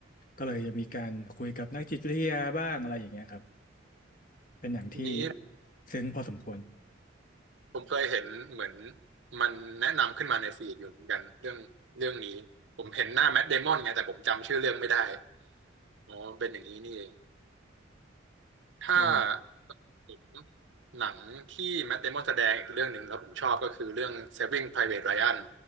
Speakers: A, on the left; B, on the right.
A: ก็เลยจะมีการคุยกับนักจิตวิทยาบ้างอะไรอย่างเงี้ยครับเป็นอย่างที่
B: อันนี้
A: ซึ้งพอสมควร
B: ผมเคยเห็นเหมือนมันแนะนำขึ้นมาในฟีดอยู่เหมือนกันเรื่องเรื่องนี้ผมเห็นหน้าแมทเดมอนไงแต่ผมจำชื่อเรื่องไม่ได้อ๋อเป็นอย่างนี้นี่เองถ้า
A: ใช่
B: ผมหนังที่แมทเดมอนแสดงอีกเรื่องหนึ่งแล้วผมชอบก็คือเรื่อง Saving Private Ryan